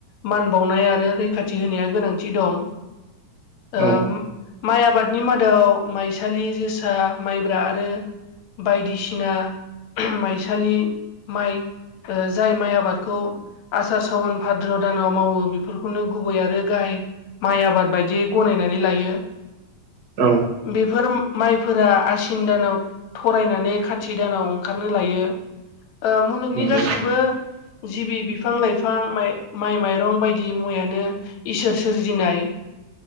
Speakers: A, on the left; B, on the right.
A: मान बावनाय आरो रैखाथि होनाया गोनांथि दं ओ
B: औ
A: माइ आबादनि मादाव माइसालि, जोसा, माइब्रा आरो बायदिसिना माइसालि माइ ओ जाय माइ आबादखौ आसार सावन भाद्र दानाव मावो बेफोरखौनो गुबै आरो गाहाय माइ आबाद बायदियै गनायनानै लायो
B: औ
A: बेफोर माइफोरा आसिन दानाव थरायनानै खाथि दानाव ओंखारनो लायो ओ मुलुगनि
B: नंगौ
A: गासिबो जिबि बिफां लाइफां माइ माइ माइरं बायदि मुवानो इसोर सोर जिनाय